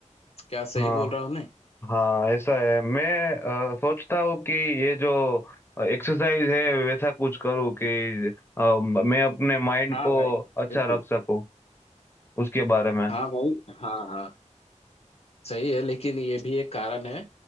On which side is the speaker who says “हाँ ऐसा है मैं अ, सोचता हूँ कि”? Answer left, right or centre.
Left